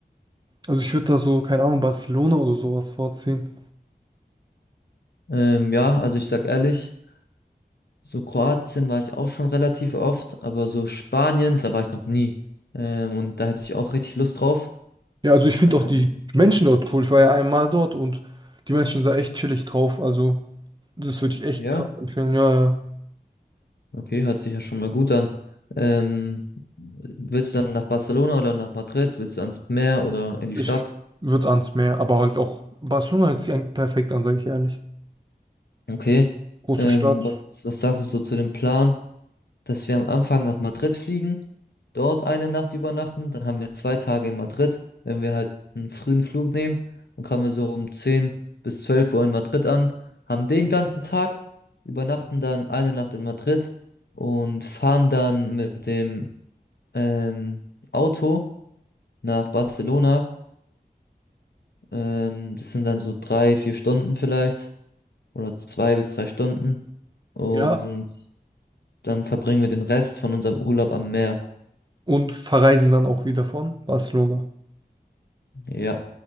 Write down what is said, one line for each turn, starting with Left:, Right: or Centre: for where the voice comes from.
Right: Also ich würde da so, keine Ahnung, Barcelona oder sowas vorziehen.
Left: Ähm, ja, also ich sag ehrlich, so Kroatien war ich auch schon relativ oft, aber so Spanien, da war ich noch nie. Ähm, und da hätte ich auch richtig Lust drauf.
Right: Ja, also ich finde
Left: Ähm,
Right: auch die Menschen dort cool. Ich war ja einmal dort und die Menschen sind da echt chillig drauf. Also das würde ich echt
Left: Ja.
Right: krass empfehlen. Ja, ja.
Left: Okay, hört sich ja schon mal gut an. Ähm, willst du dann nach Barcelona oder nach Madrid? Willst du ans Meer oder in die
Right: Ich
Left: Stadt?
Right: würde ans Meer, aber halt auch Barcelona hört sich eigentlich perfekt an, sage ich ehrlich.
Left: Okay.
Right: Große
Left: Ähm,
Right: Stadt,
Left: was, was sagst du so zu dem Plan, dass wir am Anfang nach Madrid fliegen, dort eine Nacht übernachten, dann haben wir zwei Tage in Madrid. Wenn wir halt einen frühen Flug nehmen, dann kommen wir so um 10 bis 12 Uhr in Madrid an, haben den ganzen Tag, übernachten dann eine Nacht in Madrid und fahren dann mit dem ähm, Auto nach Barcelona. Ähm, das sind dann so drei, vier Stunden vielleicht oder zwei bis drei Stunden. Und
Right: ja.
Left: dann verbringen wir den Rest von unserem Urlaub am Meer.
Right: Und verreisen dann auch wieder von Barcelona.
Left: Ja,